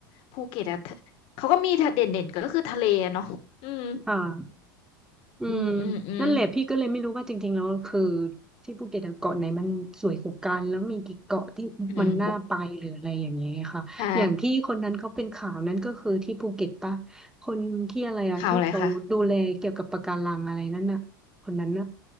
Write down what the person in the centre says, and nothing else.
ค่ะอืม
นั่นแหละพี่ก็เลยไม่รู้ว่าจริงๆแล้วคือที่ภูเก็ตอะเกาะไหนมันสวยกว่ากันแล้วมีกี่เกาะที่มันน่าไปหรืออะไรอย่างเงี้ยค่ะอย่างที่คนนั้นเขาเป็นข่าวนั้นก็คือที่ภูเก็ตปะคนที่อะไรอะที่เขาดูแลเกี่ยวกับปะการังอะไรนั่นน่ะคนนั้นน่ะ